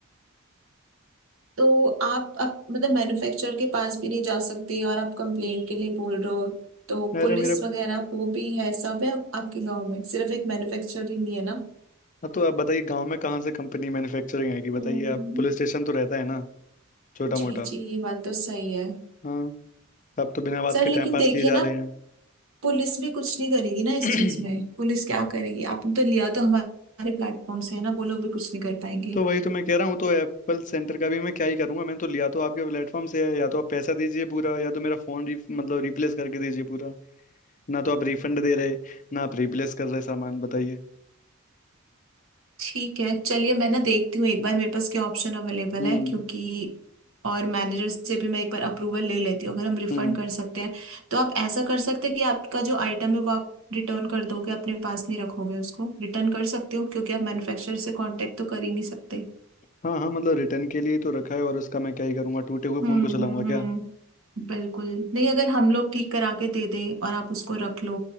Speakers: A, on the right; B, on the left.
A: तो आप अब मतलब मैन्युफैक्चरर के पास भी नहीं जा सकते और आप कंप्लेंट के लिए बोल रहे हो तो
B: अरे
A: पुलिस
B: मेरे
A: वगैरह वो भी है सब है आप- आपके गांव में सिर्फ एक मैन्युफैक्चरर ही नहीं है ना
B: हाँ, तो आप बताइए गाँव में कहाँ से कंपनी मैन्युफैक्चरिंग आएगी बताइए
A: हम्म,
B: आप पुलिस स्टेशन तो रहता है ना छोटा
A: जी
B: मोटा
A: जी ये बात तो सही है
B: हाँ आप तो बिना बात
A: सर
B: के
A: लेकिन
B: टाइम पास
A: देखिए
B: किए जा
A: ना
B: रहे
A: पुलिस भी कुछ नहीं करेगी ना इस
B: हैं <clears throat>
A: चीज में पुलिस क्या करेगी आपने तो लिया तो हमारे प्लेटफॉर्म से है ना वो लोग भी कुछ नहीं कर पाएंगे
B: तो वही तो मैं कह रहा हूँ तो एप्पल सेंटर का भी मैं क्या ही करूंगा मैंने तो लिया तो आपके प्लेटफॉर्म से है या तो आप पैसा दीजिए पूरा या तो मेरा फोन री, मतलब रिप्लेस करके दीजिए पूरा ना तो आप रिफंड दे रहे ना आप रिप्लेस कर रहे सामान बताइए
A: ठीक है चलिए मैं ना देखती हूँ एक बार मेरे पास क्या ऑप्शन अवेलेबल
B: हम्म
A: है क्योंकि और मैनेजर से भी मैं एक बार अप्रूवल ले लेती हूँ अगर हम रिफंड
B: हम्म
A: कर सकते हैं तो आप ऐसा कर सकते हैं कि आपका जो आइटम है वो आप रिटर्न कर दोगे अपने पास नहीं रखोगे उसको रिटर्न कर सकते हो क्योंकि आप मैन्युफैक्चरर से कांटेक्ट तो कर ही नहीं सकते
B: हाँ हाँ मतलब रिटर्न के लिए ही तो रखा है और उसका मैं क्या ही करूंगा टूटे हुए
A: हम्म
B: फोन को चलाऊंगा
A: हम्म हम्म
B: क्या
A: बिल्कुल नहीं अगर हम लोग ठीक करा के दे दें और आप उसको रख लो